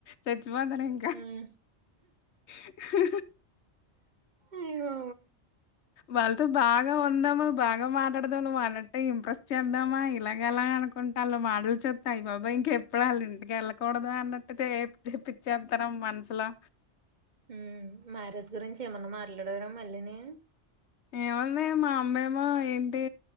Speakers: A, on the left; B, on the right.
A: చచ్చిపోతారు ఇంకా
B: హ్మ్
A: హ హు
B: అయ్యో
A: వాళ్ళతో బాగా ఉందాము బాగా మాట్లాడదాం నువ్వు అన్నట్టే ఇంప్రెస్ చేద్దామ ఇలాగ అలా అనుకో కొంట వాళ్ళు మాటలు చెప్పి అయ్బాబోయ్ ఇంకెప్పుడు వాళ్ళ ఇంటికి వెళ్ళకూడదు అన్నట్టుతే తెప్పిచేతారం మనస్లో
B: హ్మ్ మ్యారేజ్ గురించి ఏమన్నా మాట్లాడారా మళ్ళీ ని
A: ఏముంది మా అమ్మేమో ఏంటి